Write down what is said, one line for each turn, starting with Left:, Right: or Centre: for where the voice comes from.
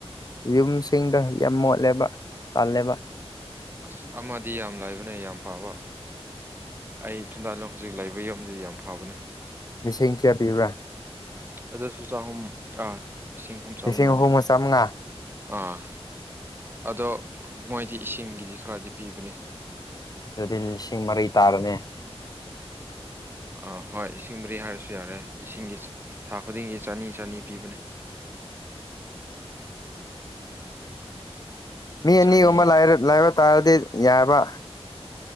Left: ꯌꯨꯝꯁꯤꯡꯗ ꯌꯥꯝ ꯃꯣꯠꯂꯦꯕ ꯇꯥꯜꯂꯦꯕ
Right: ꯑꯁ ꯑꯃꯗꯤ ꯌꯥꯝ ꯂꯥꯏꯕꯅꯦ ꯌꯥꯝ ꯐꯕ ꯑꯩ ꯊꯟꯗꯥꯂꯣꯡ ꯍꯧꯖꯤꯛ ꯂꯩꯕ ꯌꯨꯝꯗꯨꯗꯤ ꯌꯥꯝ ꯐꯕꯅꯦ
Left: ꯂꯤꯁꯤꯡ ꯀꯌꯥ ꯄꯤꯕ꯭ꯔꯥ
Right: ꯑꯗꯨꯁꯨ ꯆꯥꯍꯨꯝ ꯂꯤꯁꯤꯡ ꯑꯍꯨꯝ ꯆꯥꯝꯃꯉꯥꯅꯤ
Left: ꯂꯤꯁꯤꯡ ꯑꯍꯨꯝꯒ ꯆꯥꯝꯃꯉꯥ
Right: ꯑꯥ ꯑꯗꯣ ꯃꯣꯏꯗꯤ ꯏꯁꯤꯡꯒꯤꯗꯤ ꯈꯔꯗꯤ ꯄꯤꯕꯅꯤ
Left: ꯑꯗꯨꯗꯤ ꯂꯤꯁꯤꯡ ꯃꯔꯤ ꯇꯥꯔꯃꯦ
Right: ꯑꯥ ꯍꯣꯏ ꯏꯁꯤꯡ ꯃꯔꯤ ꯍꯥꯏꯔꯁꯨ ꯌꯥꯔꯦ ꯏꯁꯤꯡꯒꯤ ꯊꯥ ꯈꯨꯗꯤꯡꯒꯤ ꯆꯅꯤ ꯆꯅꯤ ꯄꯤꯕꯅꯦ
Left: ꯃꯤ
Right: ꯆꯅꯤ
Left: ꯑꯅꯤꯒꯨꯝꯕ ꯂꯥꯏꯕ ꯇꯥꯔꯗꯤ ꯌꯥꯕ